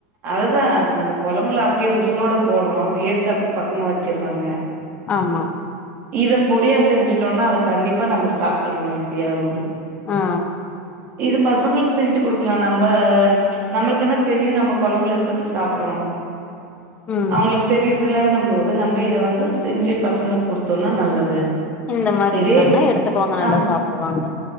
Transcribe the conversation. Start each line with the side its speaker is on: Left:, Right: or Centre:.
Right: அதுதா நம்ம கொழம்புல அப்டியே உசுரோட போடுறோ எடுத்து அப்படி பக்கமா வச்சடுறாங்க
Left: ஆமா
Right: இத பொடியா செஞ்சுட்டோனா அத கண்டிப்பா நம்ம சாப்பிட்டுறோ எப்டியாவது ஒன்னு
Left: ஆ
Right: இது பசங்களுக்கு செஞ்சு குடுக்கலா நம்ப நம்மளுக்கு என்ன தெரியு நம்ம கொழம்புல இருக்கிறது சாப்பறோ
Left: ம்
Right: அவங்களுக்கு தெரியுதுலன்னு போது நம்ம இத வந்து செஞ்சு பசங்களுக்கு குடுத்தோனா நல்லது
Left: இந்த மாரி
Right: இதே
Left: இருந்தாங்கன்னா எடுத்துக்கவாங்க நல்லா
Right: ஆம்
Left: சாப்டுவாங்க